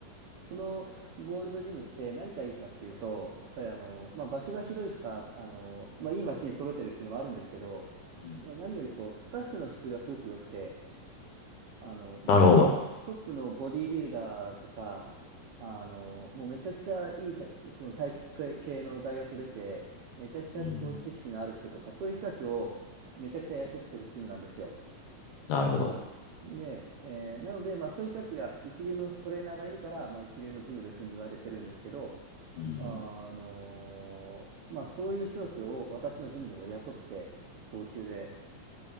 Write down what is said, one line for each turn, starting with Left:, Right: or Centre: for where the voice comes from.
Right: そのゴールドジムって何がいいかっていうと、やっぱりあのまあ、場所が広いとか、あのまあ、いいマシン揃えてるっていうのもあるんですけど、
Left: うん。
Right: まあ、何よりこう、スタッフの質がすごく良くて、あの、もうト、
Left: なるほど。
Right: トップのボディービルダーとか、あの、もうめちゃくちゃいいだ、その体育系の大学出て、めちゃくちゃこう知識のある人とか、
Left: うん。
Right: そういう人たちをめちゃくちゃ雇ってるジムなんですよ。
Left: なるほど。
Right: で、えーなので、まあそういう人たちが一流のトレーナーがいるから、まあ一流のジムというふうに言われてるんですけど、
Left: うん。
Right: あのーまあそういう人たちを私のジムでも雇って、高級で、